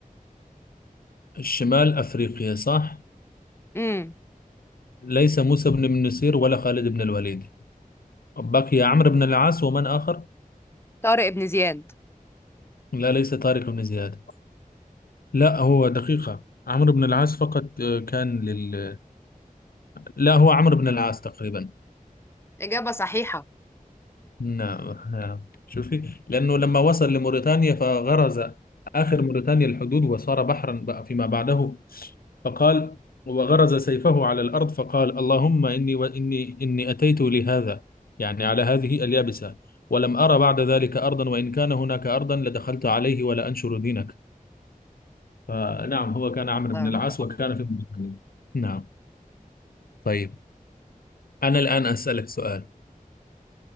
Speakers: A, on the left; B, on the left.
A: شمال أفريقيا صح
B: امم
A: ليس موسى بن بن نصير ولا خالد بن الوليد بقي عمرو بن العاص ومن آخر
B: طارق بن زياد.
A: لا ليس طارق بن زياد لا هو دقيقة عمرو بن العاص فقط آه، كان لل لا هو عمرو بن العاص تقريبا
B: إجابة صحيحة.
A: نعم نعم شوفي لأنه لما وصل لموريتانيا فغرز آخر موريتانيا الحدود وصار بحرا بقى فيما بعده فقال وغرز سيفه على الأرض فقال اللهم إني وإني إني أتيت لهذا يعني على هذه اليابسة ولم أرى بعد ذلك أرضا وإن كان هناك أرضا لدخلت عليه ولا أنشر دينك فنعم هو كان عمرو
B: الله.
A: بن العاص وكان في مدينة. نعم طيب أنا الآن أسألك سؤال